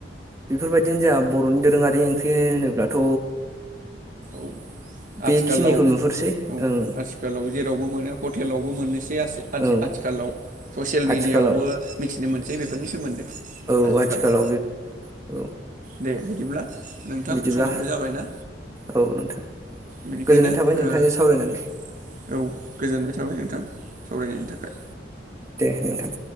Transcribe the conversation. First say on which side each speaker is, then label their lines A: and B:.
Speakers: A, on the right (about 15°); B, on the right (about 50°).
A: बेफोरबायदिनो जोंहा बर'नि दोरोङारि ओंख्रि होनोब्लाथ'
B: औ
A: बेखिनिखौ
B: आथिखालाव
A: नुहुरसै
B: औ
A: ओं
B: आथिखालाव जेरावबो मोनो हटेलावबो मोननोसै
A: औ
B: आथिखालाव ससियेल मिेडियायावबो
A: आथिखालाव
B: मिथिनो मोनसै बेफोरनि सोमोन्दै
A: औ
B: आथिखालाव
A: बे औ
B: दे बिदिब्ला नोंथां
A: बिदिब्ला
B: समाबो जाबायना
A: औ नोंथां
B: बेनिखायनो
A: गोजोननाय थाबाय नोंथांजों
B: ओ
A: सावरायनानै
B: औ गोजोननाय थाबाय नोंथां सावरायनायनि थाखाय
A: दे नोंथां